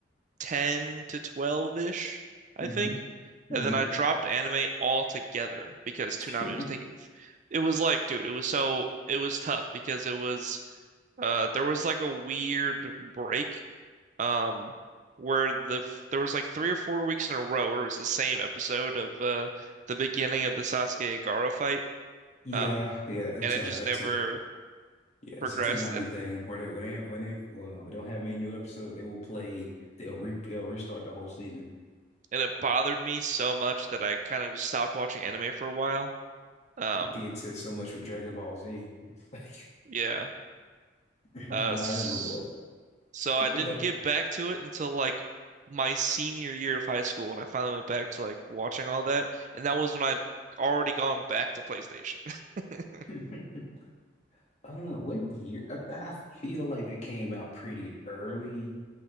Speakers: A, on the right; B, on the left.
A: 10 to 12-ish, I
B: hmm
A: think.
B: hmm
A: And then I dropped anime altogether because
B: <laughs>
A: Toonami was taking it was like, dude, it was so it was tough because it was uh there was like a weird break um, where the there was like three or four weeks in a row where it was the same episode of uh, the beginning of the Sasuke and Gaara fight,
B: Yeah,
A: um,
B: yeah. That's
A: and it
B: a
A: just
B: that's
A: never
B: a yeah.
A: progressed,
B: It's a Toonami
A: and
B: thing where they when they when they well, don't have many new episodes, they will play. They'll re they'll restart the whole season.
A: and it bothered me so much that I kind of just stopped watching anime for a while. Um,
B: They did said so much with Dragon Ball Z. <laughs>
A: yeah,
B: It's
A: uh,
B: Like I
A: s-
B: remember. going,
A: so I didn't
B: Oh, oh.
A: get back to it until like. My senior year of high school, when I finally went back to like watching all that, and that was when I'd already gone back to PlayStation. <laughs>
B: <laughs> I don't know <laughs> what year. I, I feel like they came out pretty early